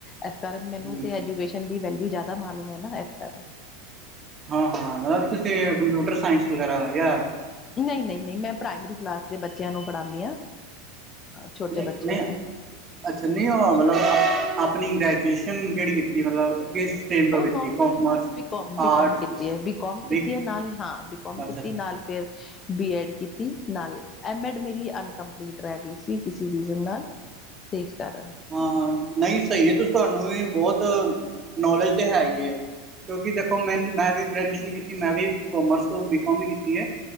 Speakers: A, on the left; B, on the right.
A: ਇਸ ਕਾਰਨ ਮੈਨੂੰ
B: ਹਮ
A: ਤੇ ਐਜੂਕੇਸ਼ਨ ਦੀ ਵੈਲਿਊ ਜ਼ਿਆਦਾ ਮਾਲੂਮ ਹੈ ਨਾ ਇਸ ਕਾਰਨ।
B: ਹਾਂ, ਹਾਂ ਮਤਲਬ ਤੁਸੀਂ ਕੰਪਿਊਟਰ ਸਾਇੰਸ ਵਗੈਰਾ ਜਾਂ -
A: ਨਹੀਂ, ਨਹੀਂ, ਨਹੀਂ ਮੈਂ ਪ੍ਰਾਇਮਰੀ ਕਲਾਸ ਦੇ ਬੱਚਿਆਂ ਨੂੰ ਪੜ੍ਹਾਉਂਦੀ ਹਾਂ। ਛੋਟੇ
B: ਨਹੀਂ
A: ਬੱਚਿਆਂ
B: ਨਹੀਂ
A: ਨੂੰ
B: ਅੱਛਾ ਨਹੀਂ ਉਹ ਮਤਲਬ ਆਪਣੀ ਗ੍ਰੇਜੂਏਸ਼ਨ ਕਿਹੜੀ ਕੀਤੀ ਮਤਲਬ ਕਿਸ ਸਟਰੀਮ ਤੋਂ
A: ਉਹ
B: ਕੀਤੀ
A: ਨੋਰਮਲ
B: ਕੋਮਰਸ
A: ਬੀਕੋਮ ਬੀਕੋਮ
B: ਆਰਟਸ
A: ਕੀਤੀ ਹੈ ਬੀਕੋਮ
B: ਵੀ
A: ਕੀਤੀ ਹੈ ਨਾਲ ਹਾਂ ਬੀਕੋਮ ਕੀਤੀ
B: ਅੱਛਾ
A: ਨਾਲ ਫਿਰ ਬੀ ਐਡ ਕੀਤੀ ਨਾਲ ਐਮ ਐਡ ਮੇਰੀ ਅਨਕਪਲੀਟ ਰਹਿ ਗਈ ਸੀ ਕਿਸੇ ਰੀਜ਼ਨ ਨਾਲ ਇਸ ਕਾਰਨ।
B: ਹਾਂ ਨਹੀਂ ਸਹੀ ਹੈ ਤੁਸੀ ਤੁਹਾਨੂੰ ਵੀ ਬਹੁਤ ਨੌਲੇਜ ਤੇ ਹੈ ਹੀ ਏ ਕਿਉਂਕਿ ਦੇਖੋ ਮ ਮੈਂ ਵੀ ਗ੍ਰੈਜੂਏਸ਼ਨ ਕੀਤੀ ਮੈਂ ਵੀ ਕੋਮਰਸ ਤੋਂ ਬੀਕਮ ਹੀ ਕੀਤੀ ਹੈ।